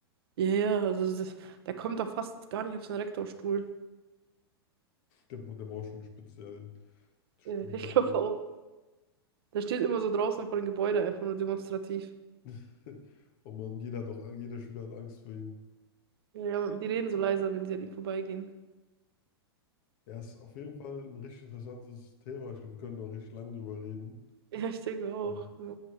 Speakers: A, on the right; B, on the left.
A: Ja, ja, also das, der kommt doch fast gar nicht auf seinen Rektorstuhl.
B: Der, der braucht schon einen speziellen Stuhl
A: Ja, <laughs> Ich
B: dafür.
A: glaube auch. Der steht immer so draußen vor dem Gebäude, einfach nur demonstrativ.
B: <laughs> Und man, jeder hat auch, Ang- jeder Schüler hat Angst vor ihm.
A: Ja, ja, die reden so leiser, wenn sie an ihm vorbeigehen. <laughs>
B: Ja, ist auf jeden Fall ein richtig interessantes Thema. Ich glaube, wir können noch richtig lange drüber reden.
A: Ja, ich denke auch.
B: Weil
A: Ja.